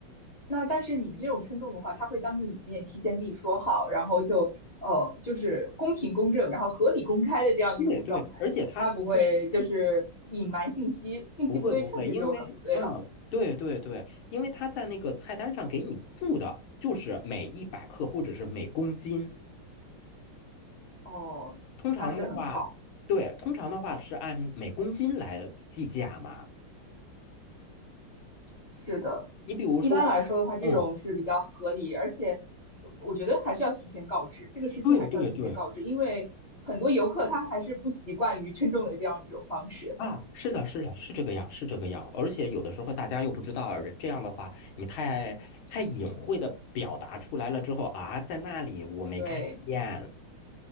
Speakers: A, on the left; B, on the left.
A: 那但是你们这种称重的话，他会当着你面提前跟你说好，然后就呃就是公平公正，然后合理公开的这样一种状态，
B: 对对，而且它就是
A: 他不会就是隐瞒信息，信息不对称，
B: 不会不会，
A: 这就很不对了。
B: 因为嗯，对对对，因为它在那个菜单上给你注的就是每一百克或者是每公斤。
A: 哦，
B: 通常的话，
A: 那是很好，
B: 对，通常的话是按每公斤来计价嘛。
A: 是的。
B: 你比如说，
A: 一般来说的话，这种是比较合理，
B: 嗯，
A: 而且呃我觉得还是要提前告知，这个事情还是要提前告知，
B: 对对对。
A: 因为很多游客他还是不习惯于 <laughs> 称重的这样一种方式。
B: 啊，是的，是的，是这个样，是这个样。而且有的时候大家又不知道，这样的话，你太太隐晦的表达出来了之后啊，在那里我没看见。
A: 对。